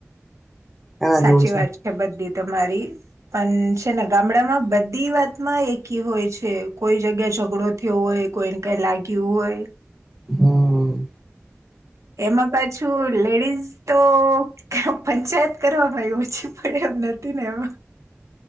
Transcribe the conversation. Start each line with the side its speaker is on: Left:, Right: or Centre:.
Centre: એના
Right: સાચી
Centre: જેવું
Right: વાત છે બધી તમારી પણ છે ને ગામડામાં બધી વાત. માં એકી હોય છે કોઈ જગ્યા ઝઘડો થયો હોય કોઈને કઈ લાગ્યું હોય.
Centre: હમ્મ.
Right: એમાં પાછું લેડીઝ તો પંચાયત કરવામાં એ ઓછી પડે એમ નથી ને એમાં.